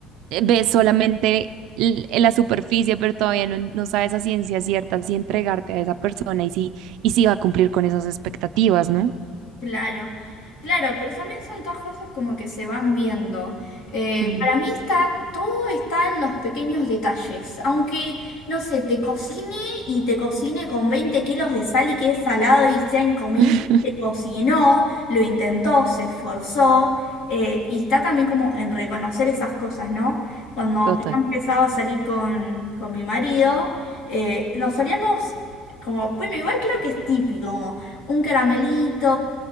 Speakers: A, on the right; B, on the left.
A: eh, ves solamente l- la superficie, pero todavía no, no sabes a ciencia cierta si entregarte a esa persona y si, y si va a cumplir con esas expectativas, ¿no?
B: Claro, claro, pero también son todas cosas como que se van viendo. Eh,
A: Mm,
B: para mí está, todo está en los pequeños detalles. Aunque, no sé, te cocine y te cocine con 20 kilos de sal y que es salado y sea incomible,
A: <laughs>
B: te cocinó, lo intentó, se esforzó. eh, y está también como en reconocer esas cosas, ¿no? Cuando
A: Total,
B: yo empezaba a salir con, con mi marido, eh, nos salíamos como, bueno, igual creo que es típico un caramelito,